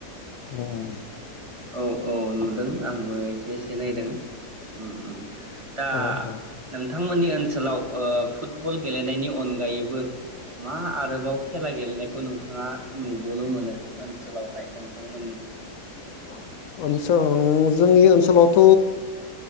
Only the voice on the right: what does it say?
औ औ नु दों आंबो एसे एसे नायदों उम उम दा
नों थांमोननि ओनसोलाव ओ फुटबल गेलेनायनि अनगायैबो मा आरोबाव खेला गेलेनायखौ नोंथाङा नुबोनो मोनो ओनसोलावहाय नोंथांमोननि